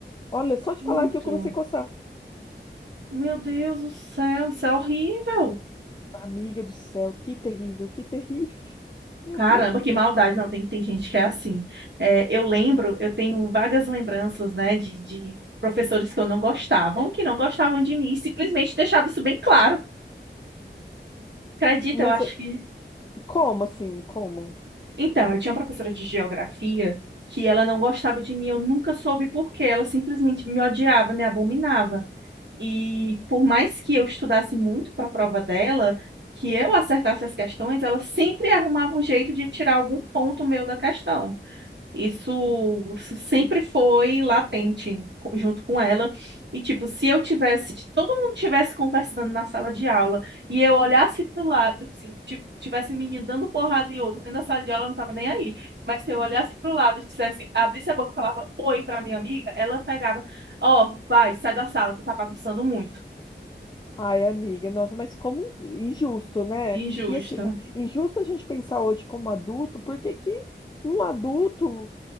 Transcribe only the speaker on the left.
Olha, só de
falar que eu comecei a coçar.
Hum.
Amiga do céu, que terrível, que terrível. <laughs> Meu
Deus do
céu.
Mas
eh,
como assim? Como?
Ai, amiga, nossa, mas como injusto, né?
E assim, injusto a gente pensar hoje como adulto, porque que que um adulto